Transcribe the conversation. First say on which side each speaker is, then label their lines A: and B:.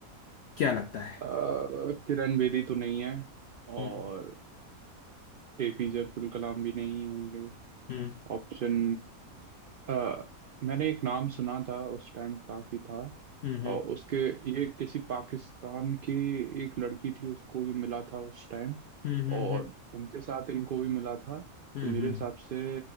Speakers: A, on the left (about 65°); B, on the right (about 75°).
A: क्या लगता है
B: अ, किरण बेदी तो नहीं है और
A: हम्म
B: एपीजे अब्दुल कलाम भी नहीं होंगे
A: हम्म
B: ऑप्शन अ, मैंने एक नाम सुना था उस टाइम काफी था
A: हम्म
B: और उसके ये किसी पाकिस्तान की एक लड़की थी उसको भी मिला था उस टाइम
A: हम्म हम्म
B: और उनके साथ इनको भी मिला था तो
A: हम्म
B: मेरे
A: हम्म
B: हिसाब से